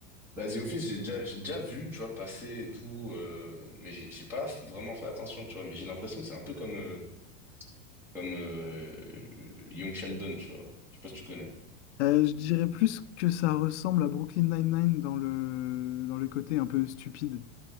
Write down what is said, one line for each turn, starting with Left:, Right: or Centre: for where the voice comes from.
Centre: Bah, The Office, j'ai déjà, j'ai déjà vu, tu vois, passer et tout, euh, mais j'ai j'ai pas f- vraiment fait attention, tu vois, mais j'ai l'impression que c'est un peu comme, euh, comme euh, Young Sheldon, tu vois. Je sais pas si tu connais.
Left: Euh, je dirais plus que ça ressemble à Brooklyn Nine-Nine dans le, dans le côté un peu stupide.